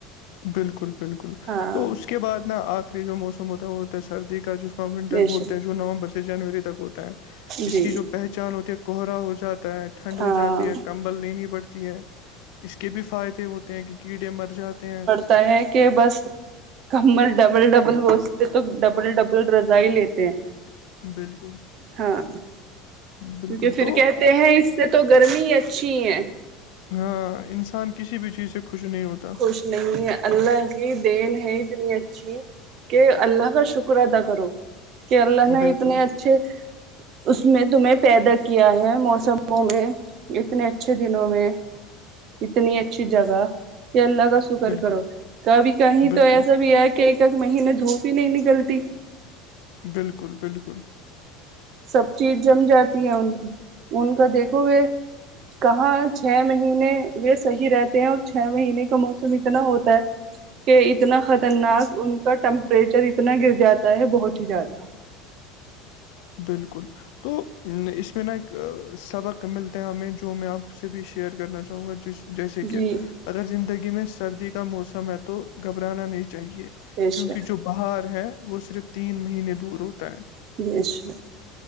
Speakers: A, on the left; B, on the right.
A: بالکل بالکل
B: ہاں
A: تو اس کے بعد نا آخری جو موسم ہوتا ہے وہ ہوتا ہے سردی کا جو ونٹر
B: بے
A: بولتے
B: شک
A: ہیں جو نومبر سے جنوری تک ہوتا ہے اس
B: جی
A: کی جو پہچ پچان ہوتی ہے کوہرا ہو جاتا ہے ٹھنڈ
B: ہاں
A: ہو جاتی ہے کمبل لینی پڑتی ہے اس کے بھی فائدے ہوتے ہیں کہ کیڑے مر جاتے ہیں
B: تا ہے کہ بس کمل ڈبل ڈبل بتے تو ڈبل ڈبل رضا ہی لیتے ہیں
A: بالکل
B: ہاں
A: بالکل
B: کیونکہ پھر
A: تو
B: کہتے ہیں اس سے تو گرمی ہی اچھی ہے
A: ہاں انسان کسی بھی چیز سے خوش نہیں ہوتا
B: خوش نہیں اللہ کی دین ہے اتنی اچھی کہ اللہ کا شکر ادا کرو کہ اللہ نے
A: بالکل
B: اتنے اچھے اس میں تمہیں پیدا کیا ہے موسموں میں اتنے اچھے دنوں میں اتنی اچھی جگہ کہ اللہ کا شکر
A: بالکل،
B: کرو کبھی کہیں
A: بالکل،
B: تو ایسا بھی ہے کہ کہ ایک ایک مہینے دھوپ ہی نہیں نکلتی
A: بالکل بالکل
B: سب چیز جم جاتی ہے ان کی ان کا دیکھو گے کہاں چھ مہینے یہ صحیح رہتے ہیں اور چھ مہینے کا موسم اتنا ہوتا ہے کہ اتنا خطرناک ان کا ٹمپریچر اتنا گر جاتا ہے بہت ہی زیادہ
A: بالکل تو اس میں نا ایک سبق ملتے ہیں ہمیں جو میں آپ سے بھی شیئر کرنا چاہوں گا جس جیسے کہ
B: جی
A: اگر زندگی میں سردی کا موسم ہے تو گھبرانا نہیں چاہیے
B: بے
A: کیونکہ
B: شک
A: جو بہار ہے وہ صرف تین مہینے دور ہوتا ہے
B: جیش